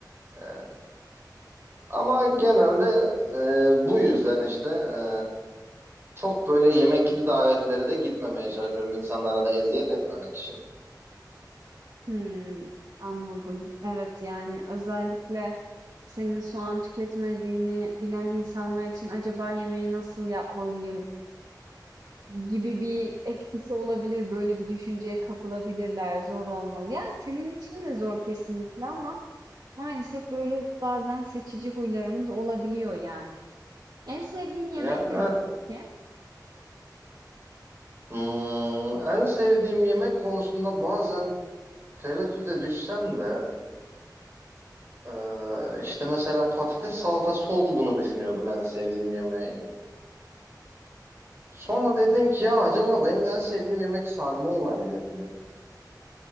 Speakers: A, on the right (about 35°); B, on the right (about 65°).
A: E, ama genelde e, bu yüzden işte e, çok böyle yemekli davetlere de gitmemeye çalışıyorum insanlara da eziyet etmemek için.
B: Hmm, anladım. Evet yani özellikle senin soğan tüketmediğini bilen insanlar için acaba yemeği nasıl yapmalıyım? gibi bir etkisi olabilir. Böyle bir düşünceye kapılabilirler. Zor olmalı. Yani senin için de zor kesinlikle ama maalesef böyle bazen seçici huylarımız olabiliyor yani. En sevdiğin yemek
A: Ya, evet.
B: nedir peki?
A: Hmm, en sevdiğim yemek konusunda bazen Tereddüde düşsem de e, işte mesela patates salatası olduğunu düşünüyordum en sevdiğim yemeği. Sonra dedim ki ya acaba benim en sevdiğim yemek sarma olabilir mi?